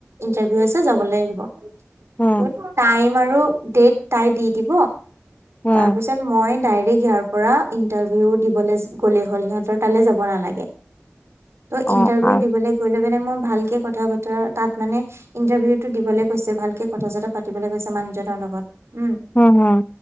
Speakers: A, on the right; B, on the left.
A: ইণ্টাৰভিউ আছে, যাব লাগিব। ত
B: উম,
A: টাইম আৰু ডেট তাই দি দিব।
B: উম,
A: তাৰ পিছত মই ডাইৰেক্ট ইয়াৰ পৰা ইণ্টাৰভিউ দিবলৈ গ'লে হ'ল। সিহঁতৰ তালৈ যাব নালাগে। ত' ইণ্টাৰভিউ
B: অ', আ
A: দিবলৈ গলে মানে, মই ভালকে কথা-বতৰা তাত, মানে ইণ্টাৰভিউটো দিবলৈ কৈছে। ভালকে কথা-চতা পাতিবলৈ কৈছে মানুহজনৰ লগত। উম।
B: উম, হুম।